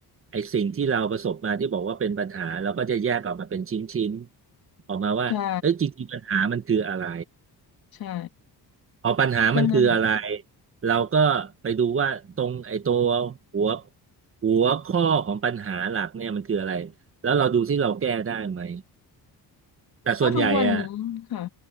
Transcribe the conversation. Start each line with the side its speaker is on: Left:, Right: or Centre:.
Right: ไอ้สิ่งที่เราประสบมาที่บอกว่าเป็นปัญหาเราก็จะแยกออกมาเป็นชิ้นๆออกมาว่าเอ้ยจริงๆปัญหามันคืออะไร
Left: ใช่ใช่
Right: เอาปัญหามันคืออะไร
Left: ก็นั่นแหละ
Right: เราก็ไปดูว่าตรงไอ้ตัวหัวหัวข้อของปัญหาหลักเนี่ยมันคืออะไร แล้วเราดูที่เราแก้ได้ไหม แต่ส่วนใหญ่อะ
Left: ก็ทุกวันนี้ค่ะ